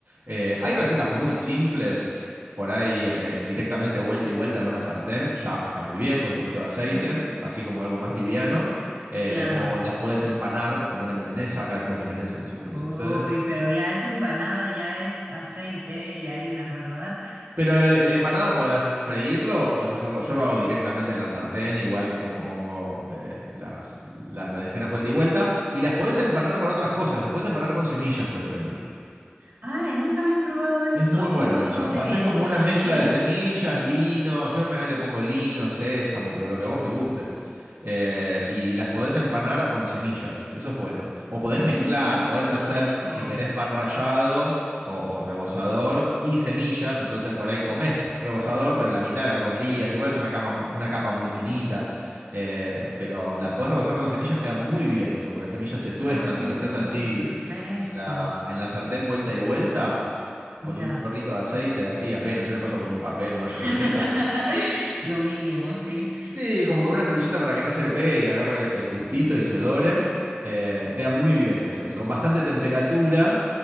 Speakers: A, on the right; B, on the right.
A: Eh, hay recetas muy simples, por ahí eh, eh, directamente vuelta y vuelta en una sartén, ya está muy bien, con un poquito de aceite,
B: ujú,
A: así como algo más liviano. Eh,
B: Claro.
A: o las puedes empanar como una milanesa, acá decimos milanesa, no sé cómo
B: Uy,
A: le dicen ustedes,
B: pero ya es empanada, ya es aceite y harinas, ¿verdad?
A: Pero el, el empanado podés freírlo o podés hacerlo. Yo lo hago directamente en la sartén, igual que como pongo eh, las, las berenjenas vuelta y vuelta. Y las podés empanar
B: Ajá.
A: con otras cosas. Las podés empanar con semillas, por ejemplo.
B: Ay, nunca había probado eso.
A: Es muy bueno
B: ¿Cómo así
A: eso.
B: con semillas?
A: Haces como
B: ¿Como
A: una
B: chía?
A: mezcla de semillas, lino. Yo en general le pongo lino, sésamo, pero lo que a vos te guste eh, y las podés empanar con semillas, eso es bueno. O podés
B: Mm,
A: mezclar,
B: nunca había
A: podés
B: pensado
A: hacer,
B: eso.
A: si querés, pan rallado o, o rebozador y semillas, entonces por ahí comés rebozador, pero la mitad de lo que comerías, igual es una capa, una capa muy finita, eh, pero las podés rebozar con semillas, queda muy bien eso, porque las semillas se tuestan,
B: Ah,
A: si lo haces así
B: perfecto.
A: en la, en la sartén vuelta y vuelta,
B: Ya.
A: con un chorrito de aceite, así apenas, yo le paso con un papel, con una
B: <laughs>
A: servilleta.
B: Lo mínimo, sí.
A: Sí, como con una servilleta para que no se pegue y agarre el gustito y se dore. Eh, queda muy bien eso. Y con bastante temperatura.